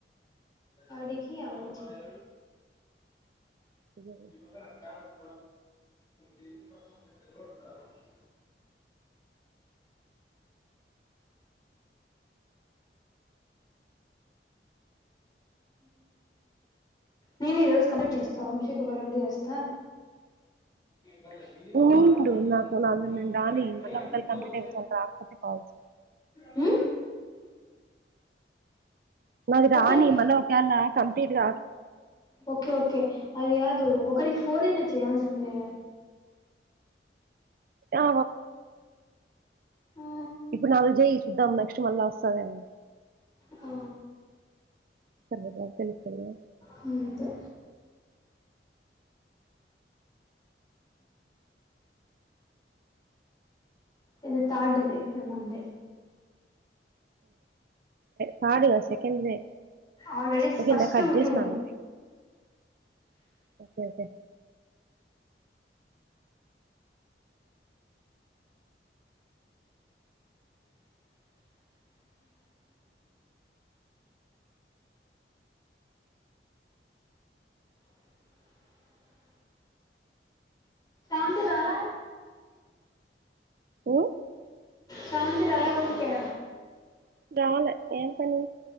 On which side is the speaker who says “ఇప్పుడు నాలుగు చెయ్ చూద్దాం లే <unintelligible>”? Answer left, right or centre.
Right